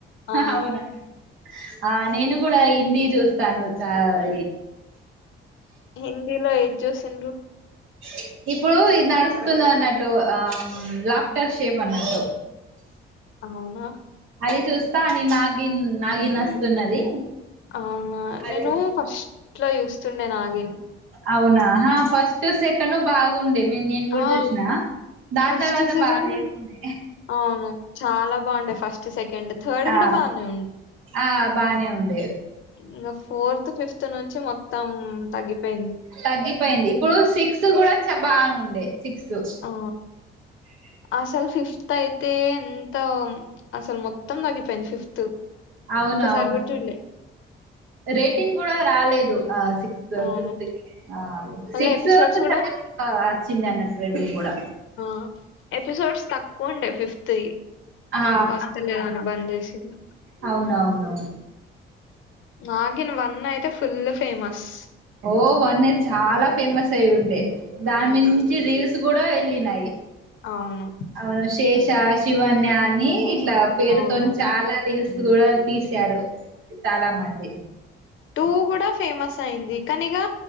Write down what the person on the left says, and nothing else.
ఆ
హిందీలో ఏది చూసింలు
అవునా
అవునా
నేను ఫస్ట్ లో చూస్తుండే నాగిన్
ఆ
ఫస్ట్
సీజన్
అవును చాలా బాగుండే ఫస్ట్ సెకండ్ థర్డ్
కూడా బానే
ఇంకా ఫోర్త్ ఫిఫ్త్ నుంచి మొత్తం తగ్గిపోయింది
ఆ
అసలు ఫిఫ్త్ అయితే ఎంత అసలు మొత్తం తగ్గిపోయింది ఫిఫ్త్
ఒక్కసారి
కూడా చూడలే
అవును
మళ్ళా
ఎపిసోడ్స్ కూడా
ఆ ఎపిసోడ్స్ తక్కువ ఉండే ఫిఫ్త్
వస్తలేదని బంద్ చేసిండ్రు
నాగిన్ వన్ అయితే ఫుల్ ఫేమస్
అవును
అవును
అవును
టూ కూడా ఫేమస్ అయింది కనిగా